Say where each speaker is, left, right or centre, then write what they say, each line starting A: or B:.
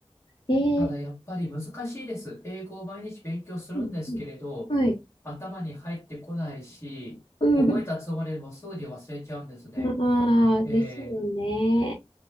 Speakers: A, on the left; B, on the left.
A: い。えー、
B: ただやっぱり難しいです。英語を毎日勉強するんですけれど、
A: うんうん。はい。
B: 頭に入ってこないし、
A: <laughs> うん。
B: 覚えたつもりでもすぐに忘れちゃうんですね。
A: ああ、ですよね。
B: えー